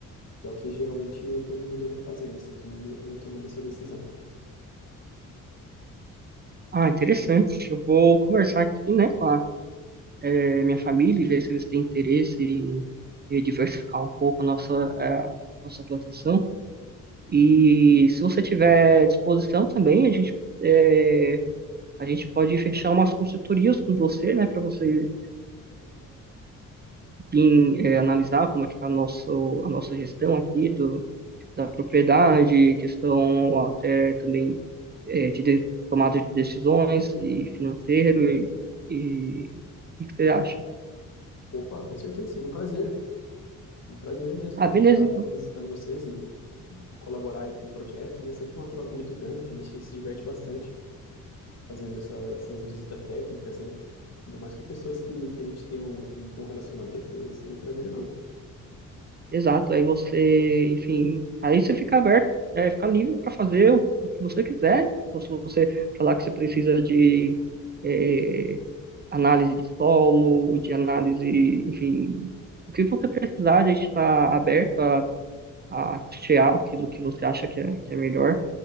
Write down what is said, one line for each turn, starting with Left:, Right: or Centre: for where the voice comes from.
Left: que é o que geralmente todo mundo anda fazendo, assim, todo mundo anda tomando essa decisão.
Right: Ah, interessante. Eu vou conversar aqui, né, com a eh, minha família e ver se eles têm interesse em, em diversificar um pouco a nossa, eh, nossa plantação. E se você tiver disposição também, a gente, é, a gente pode fechar umas consultorias com você, né, para você vir é, analisar como é que está a nosso, a nossa gestão aqui do, da propriedade, questão até também é, de, de tomada de decisões e financeiro e, e o que que você acha?
Left: Opa, com certeza, seria um prazer, um prazer imenso
Right: Ah,
Left: poder
Right: beleza,
Left: estar
Right: então.
Left: visitando vocês e colaborar aí com o projeto, né? É Sempre uma troca muito grande, a gente se diverte bastante fazendo essa- essas visitas técnicas, né? Ainda mais com pessoas que, que a gente tem um, um bom relacionamento, e seria um prazer enorme.
Right: Exato, aí você, enfim, aí você fica aberto, é, fica livre para fazer o que você quiser. Tipo, se você falar que você precisa de é, análise de solo, de análise, enfim, o que você precisar, a gente está aberto a, a custear aquilo que você acha que é, que é melhor.